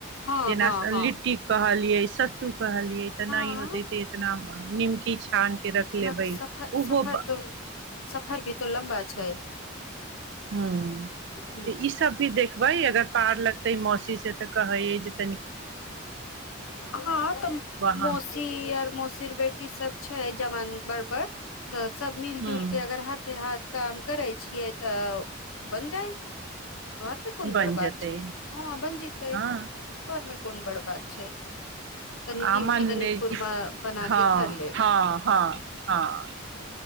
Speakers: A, on the left; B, on the right.
A: हँ
B: जेना
A: हँ हँ
B: लिट्टी कहल पिय सत्तू कहलियै तऽ
A: हँ
B: नहि होते ते इतना निमकी छै स्थान के रख लेबै
A: नहि तऽ सफर
B: ओहो
A: सफर तो सफर भी त लम्बा छै
B: ह
A: ह
B: तऽ ई सब भी देखबै अगर पार लगते मौसी से कहे ज
A: हँ तऽ
B: वहाँ
A: मौसी आर मौसीर बेटी सब छै जवान घरपर तऽ सब मिलजुलके
B: ह
A: अगर हाथे हाथ काम करै छियै तऽ बन जाइ घरमे कोन
B: बनि
A: बड़ बात
B: जेतै
A: छै हँ बन जतै
B: हँ
A: कोन बड़ बात छै तनी
B: आ
A: निमकी
B: मान
A: तनी खुरमा
B: कि
A: बना
B: हँ
A: के धर लेब
B: हँ हँ हँ